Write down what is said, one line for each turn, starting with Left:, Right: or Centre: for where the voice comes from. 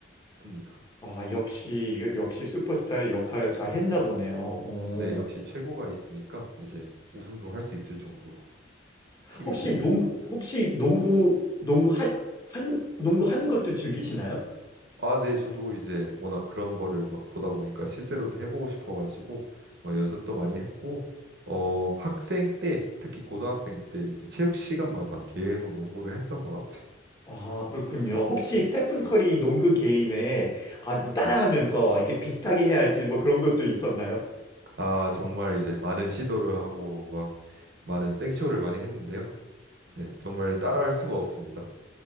Right: 같습니다.
Left: 아, 역시 역시 슈퍼스타의 역할을 잘 했나 보네요. 어.
Right: 네, 역시 최고가 있으니까 이제 우승도 할 수 있을 정도로 팀이
Left: 혹시
Right: 잘 됐습니다.
Left: 농 혹시 농구 농구 하, 한 농구 하는 것도 즐기시나요?
Right: 아, 네, 저도 이제 워낙 그런 거를 막 보다 보니까 실제로도 해보고 싶어가지고 뭐 연습도 많이 했고, 어, 학생 때, 특히 고등학생 때 이제 체육 시간마다 계속 농구를 했던 것 같아요.
Left: 아, 그렇군요. 혹시 스테픈
Right: 네,
Left: 커리 농구 게임에 아, 뭐 따라하면서
Right: 네.
Left: 이렇게 비슷하게 해야지 뭐 그런 것도 있었나요?
Right: 아, 정말 이제 많은 시도를 하고 막 많은 생쇼를 많이 했는데요. 네, 정말 따라할 수가 없습니다.